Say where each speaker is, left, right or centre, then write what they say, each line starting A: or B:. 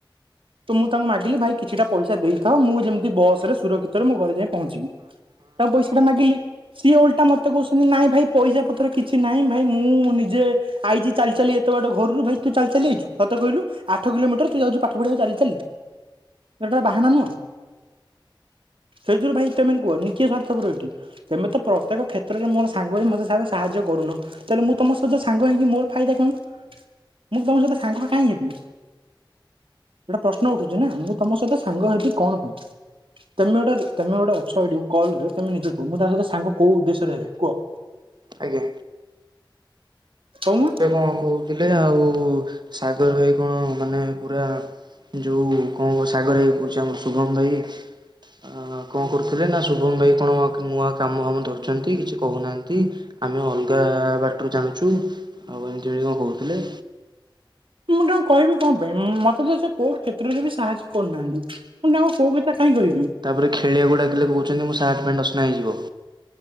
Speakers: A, on the right (about 85°); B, on the right (about 60°).
A: ତ ମୁଁ ତାଙ୍କୁ ମାଗିଲି ଭାଇ କିଛିଟା ପଇସା ଦେଇ ଥାଅ ମୁଁ ଯେମିତି ବସ୍ ରେ ସୁରକ୍ଷିତରେ ମୋ ଘରେ ଯାଇ ପହଞ୍ଚିବି। ତାଙ୍କ ପଇସା ହେଟା ମାଗିଲି। ସିଏ ଓଲଟା ମତେ କହୁଛନ୍ତି ନାଇଁ ଭାଇ ପଇସା ପତର କିଛି ନାହିଁ ଭାଇ ମୁଁ ମ ନିଜେ ଆଇଚି ଚାଲି ଚାଲି ଏତେ ବାଟ ଘରୁରୁ। ଭାଇ ତୁ ଚାଲି ଆଇଚୁ ସତ କହିଲୁ? ଆଠ କିଲୋମିଟର ତୁ ଯାଉଚୁ ପାଠ ପଢିଆକୁ ଚାଲି ଚାଲି। ଏଟା ବାହାନା ନୁହଁ? ସେଇଥୁରୁ ଭାଇ ତେମେନେ କୁହ, ନିିକେ ସ୍ୱାର୍ଥପର ଏଠି। ତେମେ ତ ପ୍ରତ୍ୟେକ କ୍ଷେତ୍ରରେ ମୋର ସାଙ୍ଗ ହୋଇ ମତେ ଶଳେ ସାହାଯ୍ୟ କରୁନ, ତାହେଲେ ମୁଁ ତମ ସହିତ ସାଙ୍ଗ ହେଇକି ମୋର ଫାଇଦା କଣ? ମୁଁ ତ ତମ ସହିତ ସାଙ୍ଗ କାହିଁ ହେବି? ଏଇଟା ପ୍ରଶ୍ନ ଉଠୁଛିୁ ନା, ମୁଁ ତମ ସଇତ ସାଙ୍ଗ ହେବି କଣ ପାଇଁ? ତେମେ ଗୋଟେ, ତେମେ ଗୋଟେ ଅଛ ଏଠି କଲ୍ ରେ ତେମେ ନିଜେ କୁଅ, ମୁଁ ତା ସହିତ ସାଙ୍ଗ କୋଉ ଉଦେଶ୍ୟରେ ହେବି କୁଅ।
B: ଆଜ୍ଞା।
A: କହୁନ
B: ମତେ କଣ କୋଉଥିଲେ ଆ-ଉ-ଉ-ସାଗର ଭାଇ କଣ ମାନେ ପୁରା ଯୋଉ କଅଁ ସାଗର ଆଇ କୋହୁଛି ଆମ ଶୁଭମ ଭାଇ ଆ କଁ କରୁଥିଲେ ନା ଶୁଭମ୍ ଭାଇ କଣ କ ନୂଆ କାମ ଫାମ ଧରୁଚନ୍ତି କିଛି କୋହୁନାଆଁନ୍ତି। ଆମେ ଅଲ୍ଗା ବାଟୁରୁ ଜାଣୁଚୁ, ଆଉ ଏମ୍ତି ବି କଁ କୋହୁଥିଲେ।
A: ମୁଁ ତାଙ୍କୁ କହିବି କଅଁ ପାଇଁ। ମୁଁ ମତେ ତ ସେ କୋଉ କ୍ଷେତ୍ରରେ ବି ସାହାଯ୍ୟ କରିନାହାଁନ୍ତି। ମୁଁ ତାଙ୍କୁ କୋଉ କଥା କାହିଁକି କହିବି।
B: ତାପରେ ଖେଳିଆକୁ ଡାକିଲେ କୋହୁଛନ୍ତି, ମୋ ସାର୍ଟ ପ୍ୟାଣ୍ଟ ଅସ୍ନା ହେଇଯିବ।